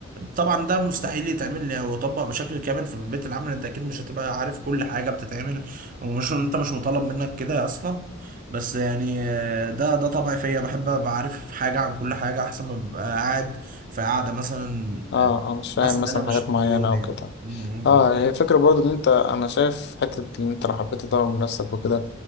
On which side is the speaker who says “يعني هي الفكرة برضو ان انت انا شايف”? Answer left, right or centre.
Left